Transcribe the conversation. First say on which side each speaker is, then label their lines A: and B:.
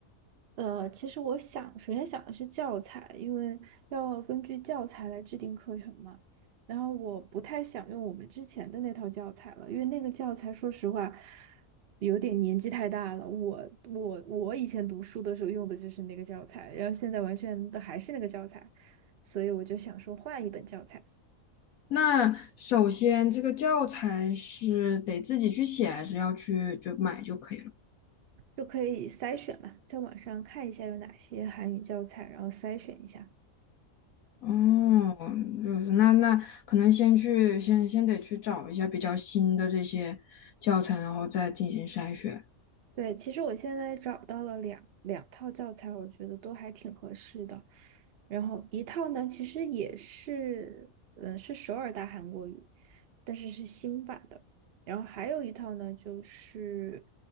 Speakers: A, on the right; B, on the left.
A: 呃，其实我想，首先想的是教材，因为要根据教材来制定课程嘛。然后我不太想用我们之前的那套教材了，因为那个教材说实话有点年纪太大了。我我我以前读书的时候用的就是那个教材，然后现在完全的还是那个教材，所以我就想说换一本教材，
B: 那首先，这个教材是得自己去写，还是要去就买就可以了？
A: 就可以筛选嘛，在网上看一下有哪些韩语教材，然后筛选一下。
B: 哦，就是那那可能先去先先得去找一下比较新的这些教材，然后再进行筛选。
A: 对，其实我现在找到了两两套教材，我觉得都还挺合适的。然后一套呢，其实也是，嗯，是首尔大韩国语，但是是新版的。然后还有一套呢，就是，